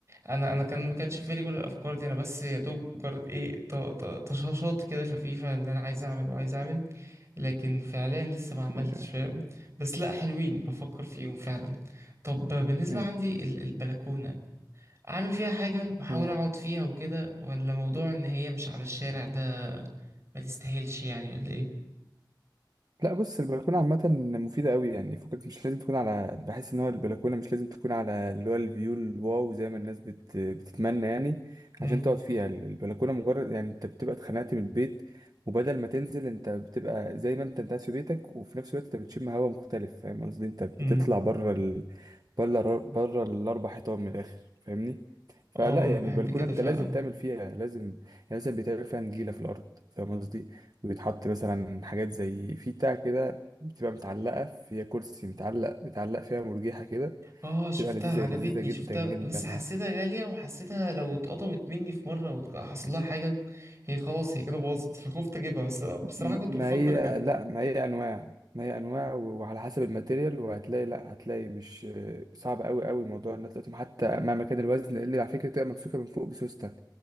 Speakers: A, on the right (about 35°); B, on the right (about 55°).
A: انا انا كان ما كانش في بالي كل الافكار دي انا بس يا دوب مجرد ايه ط- ط- طشاشات كده خفيفه ان انا عايز اعمل وعايز اعمل لكن فعليا لسه ما عملتش
B: إيه.
A: فاهم بس لا حلوين بفكر فيهم فعلا طب بالنسبه
B: إيه.
A: عندي ال- البلكونه اعمل فيها حاجه
B: <laughs>
A: واحاول
B: اه
A: اقعد فيها وكده ولا موضوع ان هي مش على الشارع ده ما تستاهلش يعني ولا ايه
B: لا بص البلكونه عامه مفيده قوي يعني فكك مش لازم تكون على بحس ان هو البلكونه مش لازم تكون على اللي هو الفيو الواو زي ما الناس بت... بتتمنى يعني
A: امم
B: عشان تقعد فيها البلكونه مجرد يعني انت بتبقى اتخنقت من البيت وبدل ما تنزل انت بتبقى زي ما انت انت قاعد في بيتك وفي نفس الوقت انت بتشم هواء مختلف فاهم قصدي انت بتطلع
A: امم
B: بره ال... بره بره الاربع حيطان من الاخر فاهمني فلا
A: اه ما انا
B: يعني
A: بحب
B: البلكونه
A: كده
B: انت
A: فعلا
B: لازم تعمل فيها لازم يعني لازم بيتعمل فيها نجيله في الارض فاهم قصدي بيتحط مثلا حاجات زي في بتاع كده بتبقى متعلقة فيها كرسي متعلق بيتعلق فيها مرجيحة كده
A: اه شفتها
B: بتبقى لذيذة
A: عجبتني
B: لذيذة جدا
A: شفتها
B: جدا
A: بس حسيتها
B: أنا-
A: غالية وحسيتها لو اتقطمت مني في مرة وحصل لها حاجة هي خلاص هي كده باظت فخفت اجيبها بس بصراحة
B: ما
A: كنت بفكر
B: هي
A: اجيبها
B: لا ما هي أنواع ما هي أنواع و- وعلى حسب الماتيريال وهتلاقي لا هتلاقي مش صعب أوي أوي موضوع إن أنت تقوم حتى مع مكان الوزن لأن على فكرة بتبقى ممسوكة من فوق بسوستة